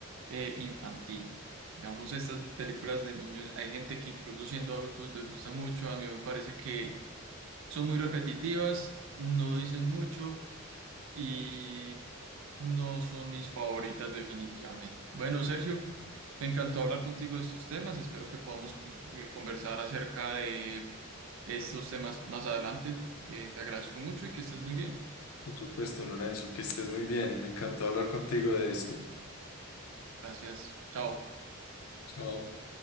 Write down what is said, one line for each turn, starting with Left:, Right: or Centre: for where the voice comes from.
Right: eh, infantil. Digamos, estas películas de niños, hay gente que incluso siendo adultos les gusta mucho, a mí me parece que son muy repetitivas, no dicen mucho y no son mis favoritas definitivamente. Bueno, Sergio, me encantó hablar contigo de estos temas. Espero que podamos con- eh, conversar acerca de estos temas más adelante. Eh, te agradezco mucho y que estés muy bien.
Left: Por supuesto, Lorenzo, que estés muy bien. Me encantó hablar contigo de esto.
Right: Gracias. Chao.
Left: Chao.